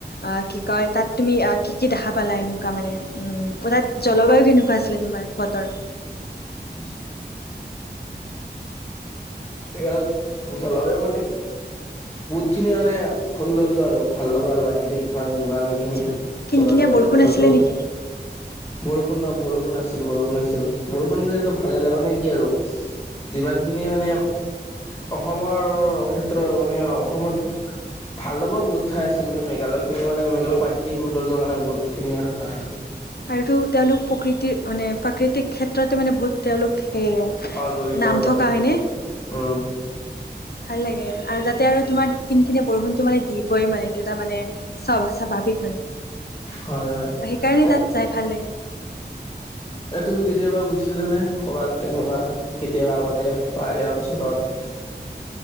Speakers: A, on the left; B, on the left.
A: অ কি কয় তাত তুমি কি কি দেখা পালা এনেকুৱা মানে উম পুৰা তাত জলবায়ু কেনেকুৱা আছিলে তোমাৰ বতৰ
B: ন <unintelligible> <unintelligible> জলবায়ু মানে বহুত খিনি মানে সৌন্দৰ্য আৰু ভাল লগ প্ৰাকৃতিক যিমান যিমান খিনি
A: আচ্ছা কিনকিনীয়া
B: চলাবৰ
A: বৰষুণ
B: ক্ষেত্ৰতো
A: আছিলে নেকি?
B: বৰষুণ ন বৰষুণ আছিল বৰষুণ আছিল বৰষুণ দিলেতো ভালে লাগা নে কি আৰু যিমানখিনি মানে অসমৰ ক্ষেত্ৰ মানে অসমত ভাল লগাও বহুত ঠাই আছে কিন্তু মেঘালয় খিনি মানে মেঘালয়ৰ প্ৰাকৃতিক সুন্দৰ মানে বহুত খিনি আৰু ভাল
A: আৰুটো তেওঁলোক প্ৰকৃতিৰ মানে প্ৰাকৃতিক ক্ষেত্ৰতে মানে বহুত তেওঁলোক সেয়া
B: অ জড়িত
A: নাম
B: হৈ থাকে
A: থকা হয়নে
B: উম
A: ভাল লাগে আৰু যাতে আৰু তোমাক কিনি কিনে বৰষুণটো মানে দি দিবই মানে এইটো এটা মানে চা স্বাভাৱিক মানে
B: হয় হয়
A: সেইকাৰণে
B: এ
A: তাত যাই ভাল লাগে
B: এ তুমি কেতিয়াবা গৈছিলা নে কবাত তেনেকুৱা কেতিয়াবা আগতে পাহাৰিয়া অঞ্চলত <unintelligible>